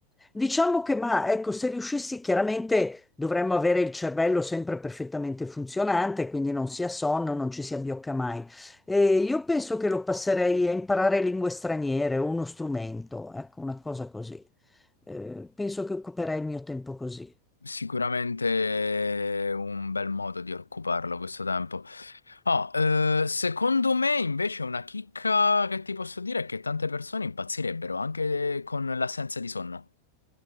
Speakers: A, in the centre; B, on the left.
A: diciamo che, ma ecco, se riuscissi, chiaramente dovremmo avere il cervello sempre perfettamente funzionante, quindi non sia sonno, non ci si abbiocca mai. E io penso che lo passerei a imparare lingue straniere o uno strumento, ecco, una cosa così. Eh, penso che occuperei il mio tempo così.
B: Sicuramente un bel modo di occuparlo questo tempo. Oh, eh, secondo me invece una chicca che ti posso dire è che tante persone impazzirebbero anche con l'assenza di sonno.